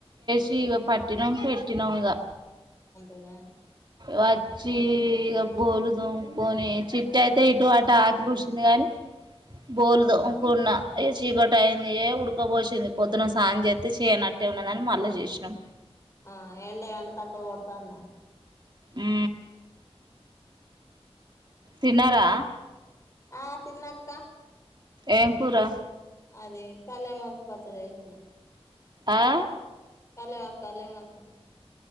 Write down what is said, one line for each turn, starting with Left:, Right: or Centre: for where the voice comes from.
Right: తీగ పట్టినం పెట్టినముగా
Left: అంతేనా
Right: వచ్చి ఇక బోలు దమ్కొని చిట్టు అయితే ఇటువటు ఆక పూసిింది గాని బోల్దు ఉకున్నా ఏ చీకటి అయింది ఏ ఉడడుకోపోసింది పొద్దున సాయం చేస్తతే చేయనట్టు. అ ఉన్నదని మళ్ళా చేసినాం
Left: ఆ ఎండ ఏమన్న తక్కువ కొడుతందా
Right: ఆ <inaudible> తిన్నారా
Left: ఆ తిన్నక్క
Right: ఏం కూరా
Left: అదే కళ్యామాకు పచ్చడ చేసిన
Right: ఆ
Left: కళ్యామక్ కళ్యామకు